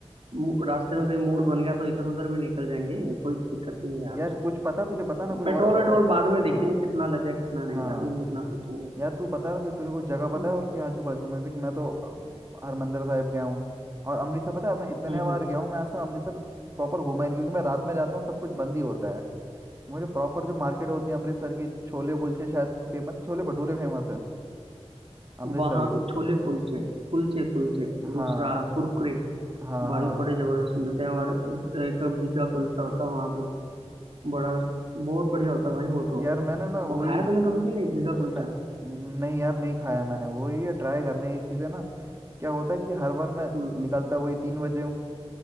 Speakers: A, on the right; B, on the right.
A: मु- रास्ते में कहीं मूड बन गया तो इधर उधर भी निकल जाएंगे कोई दिक्कत नहीं है यार
B: यार
A: उसमें
B: कुछ पता तुझे बता ना कुछ
A: पेट्रोल
B: और, और
A: वेट्रोल
B: और
A: बाद में देखेंगे
B: हाँ
A: कितना लगे कितना
B: हाँ
A: नहीं अभी नहीं इतना सोचेंगे
B: यार तू बता ना फिर तेरे को जगह पता
A: तो
B: है और कि आजू बाजू में देख मैं तो अ, हरमंदिर साहिब गया हूँ और अमृतसर पता है मैं इतने
A: हम्म
B: बार
A: हम्म
B: गया हूँ मैं आज तक अमृतसर प्रॉपर घूमा ही नहीं क्योंकि मैं रात में जाता हूँ सब कुछ बंद ही होता है मुझे प्रॉपर जो मार्केट होती है अमृतसर की छोले कुलचे शायद फेमस छोले भटूरे फेमस है अमृतसर
A: वहाँ
B: के
A: के छोले कुलचे कुलचे कुलचे दूसरा
B: हाँ
A: कुरकुरे
B: हाँ
A: भाई
B: हाँ
A: बड़े जबरदस्त मिलते हैं और एक भीगा कुलचा होता है वहाँ पे बड़ा बहुत बढ़िया होता है भाई वो तो
B: यार मैंने ना वही
A: वो खाया तूने कभी कि नहीं भीगा कुलचा
B: मैं नहीं यार नहीं खाया मैंने वही है ट्राई करना है ये चीज़ें ना क्या होता है कि हर बार मैं
A: हम्म हम्म
B: निकलता वही तीन बजे हूँ